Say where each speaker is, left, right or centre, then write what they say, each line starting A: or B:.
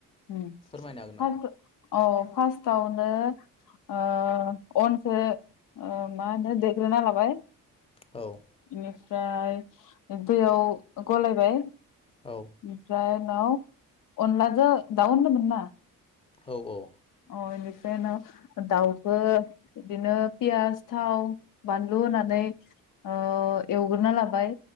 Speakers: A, on the left; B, on the left.
A: उम
B: फोरमायनो हागोन नामा
A: <inaudible> अ फार्स्टावनो आ अनखौ ओ मा होनो देग्रोना लाबाय।
B: औ
A: बेनिफ्राय दैयाव गलायबाय ओमफ्राय
B: औ
A: औ अनला जो दाव होनदोंमोनना?
B: औ औ
A: बेनिफ्राय नाव दाउखो बिदिनो पियास थाव बानलु होननानै ओ एवगोरना लाबाय